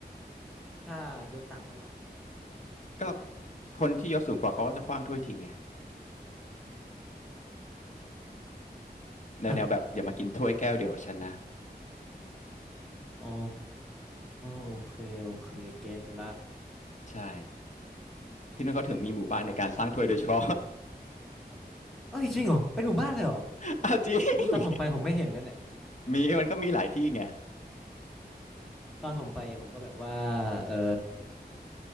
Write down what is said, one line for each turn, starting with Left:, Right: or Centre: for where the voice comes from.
Centre: ถ้ายศต่างกันเหรอ
Left: ก็คนที่ยศสูงกว่าเขาก็จะขว้างถ้วยทิ้งไงแนวแนวแบบอย่ามากินถ้วยแก้วเดียวกับฉันนะ
Centre: ฮะอ๋อโอเคโอเคเก็ตละ
Left: ใช่ ที่นู่นเขาถึงมีหมู่บ้านในการสร้างถ้วยโดยเฉพาะ
Centre: เอ้ยจริงเหรอเป็นหมู่บ้านเลยเหรอ
Left: <laughs> เอาจริง
Centre: นี่ตอนผมไปผมไม่เห็นนะเนี่ย
Left: <laughs> มีมันก็มีหลายที่ไง
Centre: ตอนผมไปอะผมก็แบบว่าเออ